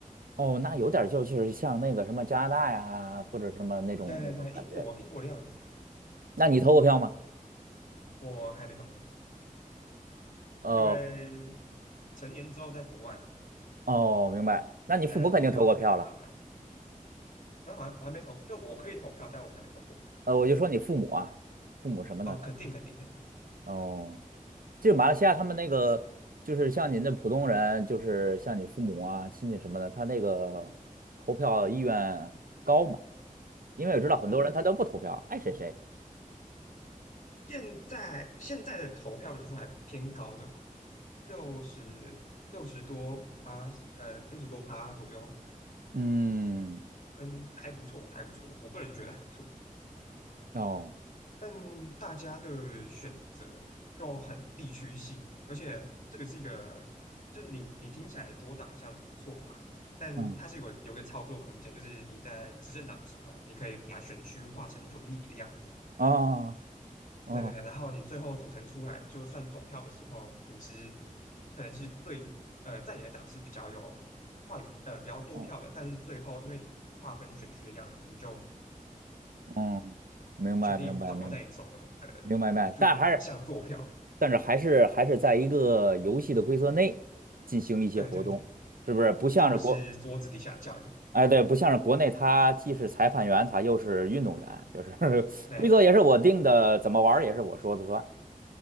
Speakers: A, on the right; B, on the left.
A: 哦，那有点儿就是像那个什么加拿大呀或者什么那种那种感觉。
B: 对对对，英国英国的样子，
A: 那你投过票吗？
B: 我还没投，
A: 哦
B: 因为成年之后在国外嘛，
A: 哦，明白。那你父母肯定投过票了。
B: 那投票比较麻烦。然后我还我还没投，就我可以投票，但我还没投过。
A: 呃，我就说你父母啊，父母什么呢？
B: 啊，肯定肯定肯定。
A: 他哦。就马来西亚他们那个就是像您的普通人，就是像你父母啊、亲戚什么的，他那个投票意愿高吗？因为我知道很多人他都不投票，
B: 嗯，
A: 爱谁谁。
B: 现在现在的投票人数还偏高的吧，六十六十多趴，呃，六十多趴左右。
A: 嗯，
B: 嗯，还不错，还不错，我个人觉得还不错。
A: 哦，
B: 但大家的选择就很地区性，而且这个是一个，就你你听起来多党项不错嘛，但它是有个有个操作空间，
A: 嗯，
B: 就是你在执政党的时候，你可以把选区划成有利的样子，
A: 哦，哦，
B: 对对对，然后你最后组成出来，就算总票的时候，你是可能是对呃在野党是比较有话语呃比较多票的，
A: 哦，
B: 但是最后因为你划分选区的样子，你就
A: 嗯，明白，
B: 权力掌握在你手中，
A: 明白，明白
B: 对对对，
A: 明白，明白，
B: 就像坐票。
A: 但还是，但是还是还是在一个游戏的规则内进行一些活动，
B: 对对对，
A: 是不是？不像是国，
B: 就不是桌子底下交易。
A: 哎，对，不像是国内，他既是裁判员，他又是运动员，就是 <laughs>
B: 那
A: 规则也是我定的，怎么玩儿也是我说的算。